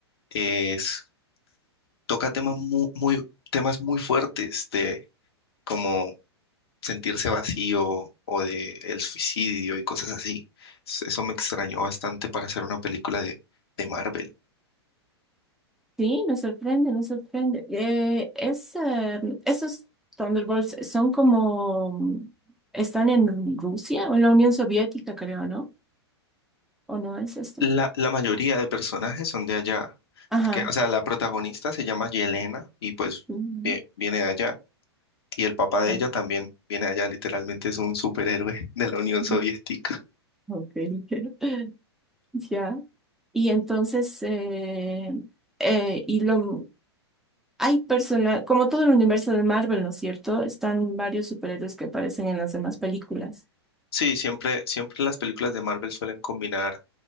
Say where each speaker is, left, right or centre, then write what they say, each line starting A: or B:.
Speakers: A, on the left (about 60°); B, in the centre.
A: Es toca temas muy, muy, temas muy fuertes de como sentirse vacío o de el suicidio y cosas así. Es- Eso me extrañó bastante para hacer una película de, de Marvel.
B: Sí, me sorprende, me sorprende. Eh, es, eh, esos Thunderbolts son como, mm, están en Rusia o en la Unión Soviética, creo, ¿no? ¿O no es esto?
A: La, la mayoría de personajes son de allá,
B: Ajá.
A: porque, o sea, la protagonista se llama Yelena y pues
B: Mm,
A: vie- viene de allá. Y el papá de
B: no.
A: ella también viene de allá, literalmente es un superhéroe de la Unión
B: <laughs>
A: Soviética.
B: Ok. <laughs> Ya. Y entonces, eh, eh, y lo, Hay personas, como todo el universo de Marvel, ¿no es cierto? Están varios superhéroes que aparecen en las demás películas.
A: Sí, siempre, siempre las películas de Marvel suelen combinar